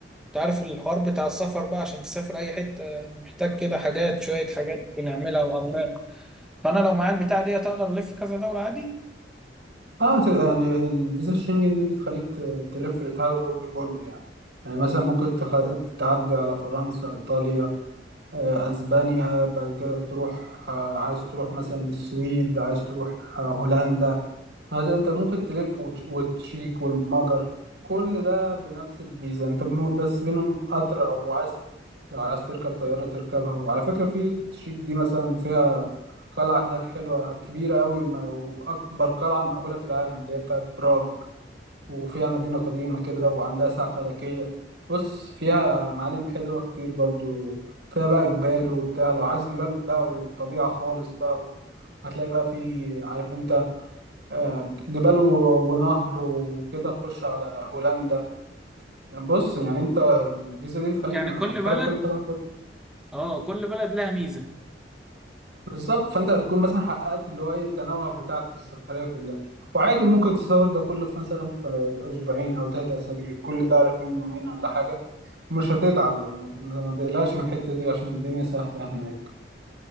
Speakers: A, in the centre; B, on the right.
A: انت عارف الحوار بتاع السفر بقى عشان تسافر اي حته محتاج كده حاجات شويه حاجات بنعملها واوراق فانا لو معايا البتاع دي اقدر الف كذا دوله عادي
B: اه انت يعني الفيزا الشنجن دي بتخليك ت- تلف الاتحاد الاوروبي كله يعني يعني مثلا ممكن تخ... تعدي على فرنسا ايطاليا آه، اسبانيا بعد كده تروح آه، عايز تروح مثلا السويد عايز تروح آه، هولندا هذا انت ممكن تلف وتش- وتشيك والمجر كل ده بنفس الفيزا انت مو- بس بينهم قطر او عايز لو عايز تركب طيارة تركبها وعلى فكرة في تشيك دي مثلا فيها قلعة هناك حلوة كبيرة قوي وما- وأكبر قلعة مأهولة في العالم اللي هي بتاعت براغ وفيها مدينة قديمة كده وعندها ساعة فلكية بص فيها معالم حلوة كتير برضو فيها بقى جبال وبتاع لو عايز جبال بقى وطبيعة خالص بقى و- هتلاقي بقى في عارف انت آه، جبال و- ونهر وكده تخش على هولندا بص يعني انت الفيزا دي بتخليك
A: يعني
B: م-
A: كل
B: مفتوح
A: بلد
B: لك كل حاجه
A: اه كل بلد لها ميزة
B: بالظبط فانت هتكون مثلا حققت اللي هو ايه التنوع بتاعك في السفريه كلها وعادي ممكن تسافر ده كله في مثلا في اسبوعين او ثلاث اسابيع كل ده على فيهم يومين ولا حاجه ومش هتتعب يعني ما ت- ما تقلقش من الحته دي عشان الدنيا سهله هناك